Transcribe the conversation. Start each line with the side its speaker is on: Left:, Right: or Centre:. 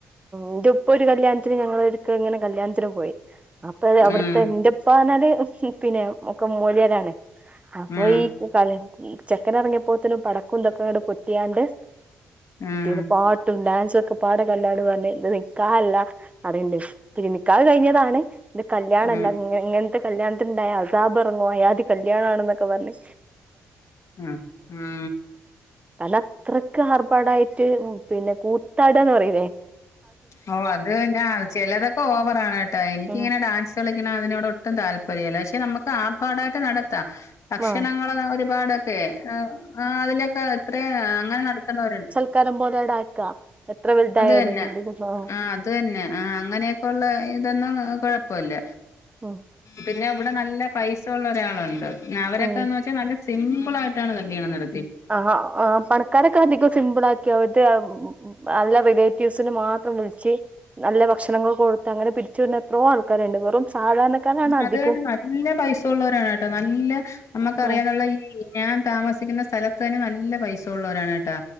Right: ഇൻ്റെ പ്പ ഒരു കല്യാണത്തിന് ഞങ്ങളൊരിക്കെ ഇങ്ങനെ കല്യാണത്തിന് പോയി അപ്പൊ അവിടുത്തെ
Left: ഉം
Right: ഇന്റെ പ്പാ റ് നാല് പിന്നെ ഒക്കെ മോലിയാരാണ് അപ്പൊ
Left: ഉം
Right: ഈ ക <unintelligible> ചെക്കൻ എറങ്ങിയപ്പോത്ത്ന് പടക്കം ഇതൊക്കെ ങ്ങട്ട് പൊട്ടിയാണ്ട്
Left: ഉം
Right: പിന്നെ പാട്ടും ഡാൻസും ഒക്കെ പാടെ എല്ലാരും പറഞ്ഞ് ഇത് നിക്കാഹല്ല അറിയ്ണ്ട് പി നിക്കാഹ് കഴിഞ്ഞതാണ് ഇത് കല്യാണല്ല
Left: ഉം
Right: ഇങ്ങനത്തെ കല്യാണത്തിന്ണ്ടായ അസാബ് ഇറങ്ങു അയാതി കല്യാണണെന്നൊക്കെ പറഞ്ഞ്
Left: മ് മ്
Right: കല അത്രയ്ക്ക് ആർഭാടയിട്ട് പിന്നെ കൂത്താടാന്ന് പറയൂലേ
Left: ഓ അത് ഞാ ചെലതൊക്കെ ഓവറാണ് കേട്ടാ എനിക്കിങ്ങനെ
Right: ഉം
Left: ഡാൻസ് കളിക്ക്ണഅതിനോട് ഒട്ടും താല്പര്യല്ല പക്ഷെ നമ്മക്ക് ആർഭാടായിട്ട് നടത്താ ഭക്ഷണങ്ങൾ
Right: ആ
Left: ഒരുപാടൊക്കെ ആ ആ അതിലൊക്കെ എത്ര അങ്ങനെ നടത്ത്ണോര്ണ്ട്
Right: ക്കാരം പോലെടയാക്ക എത്ര വല്തായാലും
Left: തന്നെ
Right: <unintelligible>
Left: അത് തന്നെ ആഹ് അങ്ങനെയൊക്കെള്ള ഇതൊന്നും കൊഴപ്പല്ല
Right: ഓ
Left: പിന്നെ ഇവിടെ നല്ല പൈസ ഒള്ള ഒരാളുണ്ട് അവരൊക്കെന്ന്
Right: ഉം
Left: വെച്ചാൽ നല്ല സിമ്പിളായിട്ടാണ് കല്യാണം നട
Right: ആ ഹ് ആ പണ ക്കാരൊക്കെ അധികം സിമ്പിൾ ആക്കി അവത് അല്ല റിലേറ്റീവ്സിന് മാത്രം വിള്ച്ച് നല്ല ഭക്ഷണങ്ങളൊക്കെ കൊടുത്ത് അങ്ങനെ പിരിച്ചു വിടുന്ന എത്രോ ആൾക്കാരുണ്ട് വെറും സാധാരണക്കാരാണ് അധികം
Left: അത് തന്നെ നല്ല പൈസ ള്ള ഒരാളാട്ടോ നല്ല നമ്മക്ക് അറിയാനുള്ള
Right: ഉം
Left: ഈ ഞാൻ താമസിക്കുന്ന സ്ഥലത്ത് തന്നെ നല്ല പൈസ ഉള്ളവരാണ് കേട്ടാ